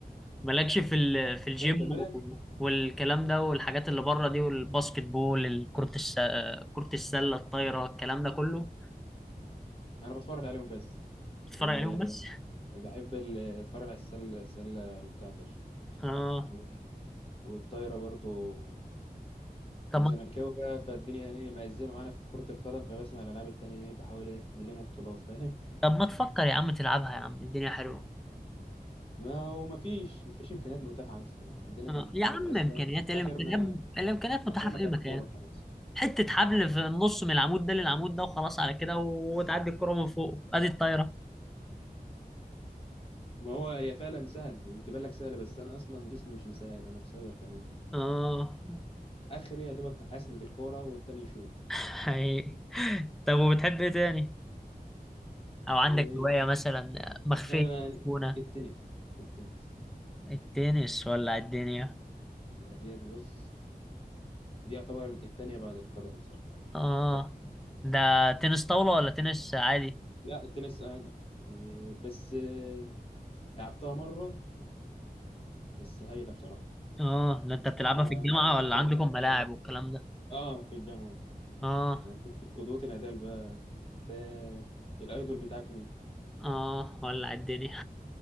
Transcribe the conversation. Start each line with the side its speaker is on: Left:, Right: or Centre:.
Centre: مالكش في ال... في الجيم
Left: تعرف تعملها؟
Centre: و- والكلام ده والحاجات اللي بره دي والباسكت بول الكرة الس... كرة السلة الطايرة الكلام ده كله
Left: أنا بتفرج عليهم بس
Centre: تتفرج
Left: ال...
Centre: عليهم بس
Left: بحب ال... أتفرج على السلة السلة ممتعة فشخ
Centre: اه
Left: وال- والطايرة برضو
Centre: طب
Left: انا
Centre: ما
Left: زملكاوي بقى فالدنيا ايه مأزمه معانا في كره القدم فبسمع الالعاب التانيه ايه بحاول ايه نلم بطولات فاهم
Centre: طب ما تفكر يا عم تلعبها يا عم الدنيا حلوة
Left: ما هو ما فيش ما فيش امكانيات متاحه اصلا عندنا
Centre: آه،
Left: كانت
Centre: يا
Left: في المدرسه
Centre: عم امكانيات
Left: كانت
Centre: إيه
Left: اخرنا
Centre: الامكانيات الامكانيات متاحه
Left: اخرنا
Centre: في اي
Left: كانت
Centre: مكان
Left: كوره خلاص
Centre: حته حبل في النص من العمود ده للعمود ده وخلاص على كده وتعدي الكره من فوق ادي الطايره
Left: ما هو هي فعلا سهله هي بتبان لك سهله بس انا اصلا جسمي مش مساعد انا قصير كمان يعني
Centre: اه
Left: اخري يا دوبك هسند الكوره والتاني يشوط
Centre: حقيقي طب وبتحب ايه تاني او عندك
Left: إيه
Centre: هوايه مثلا مخفيه
Left: انا
Centre: تكون
Left: التنس التنس آه،
Centre: التنس ولا الدنيا
Left: دي دي بص دي يعتبر التانية بعد القدم بصراحة يعني
Centre: اه
Left: بحب
Centre: ده تنس طاوله ولا تنس عادي
Left: لا التنس عادي إيه، بس إيه، لعبتها مرة بس هايلة بصراحة
Centre: اه ده انت بتلعبها
Left: أنا
Centre: في الجامعه
Left: أنا كنت-
Centre: ولا عندكم ملاعب
Left: كنت-
Centre: والكلام ده
Left: آه في الجامعة
Centre: اه
Left: أنا كنت كنت قدوتي نادال بقى أنت الأيدول بتاعك مين؟
Centre: اه ولا الدنيا